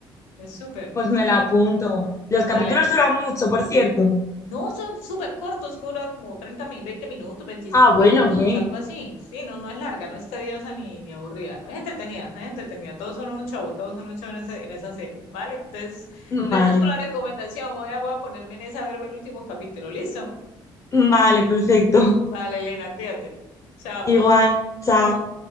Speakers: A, on the left; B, on the left.
A: es súper,
B: Pues
A: súper.
B: me la apunto. Los capítulos
A: Dale,
B: duran mucho, por cierto.
A: No, son súper cortos, duran como 30 minutos, 20 minutos, 25
B: Ah, bueno,
A: minutos,
B: bien.
A: algo así. Sí, no, no es larga, no es tediosa ni, ni aburrida. No, es entretenida, es entretenida. Todos son un show, todos son un show en, ese- en esa serie, ¿vale? Entonces, gracias
B: Vale.
A: por la recomendación. Voy a, voy a ponerme en esa a verme el último capítulo. ¿Listo?
B: Vale, perfecto.
A: Vale, Elena, cuídate. Chao.
B: Igual, chao.
A: Vale.